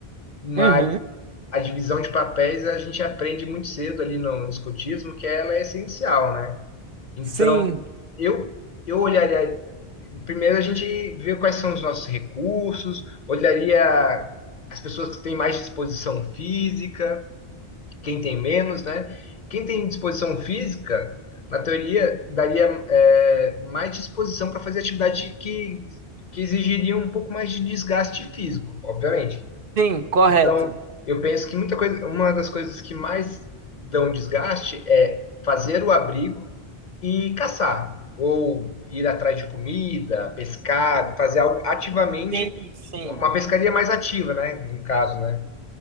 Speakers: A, on the left (about 50°); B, on the right (about 60°).
A: Mas
B: Uhum.
A: a divisão de papéis a gente aprende muito cedo ali no, no escotismo, que ela é essencial, né? Então,
B: Sim,
A: eu, eu olharia. Primeiro a gente vê quais são os nossos recursos, olharia as pessoas que têm mais disposição física, quem tem menos, né? Quem tem disposição física, na teoria, daria é, mais disposição para fazer atividade que, que exigiria um pouco mais de desgaste físico, obviamente.
B: sim, correto.
A: Então, eu penso que muita coisa, uma das coisas que mais dão desgaste é fazer o abrigo e caçar, ou ir atrás de comida, pescar, fazer algo ativamente,
B: Sim, sim.
A: uma pescaria mais ativa, né? No caso, né?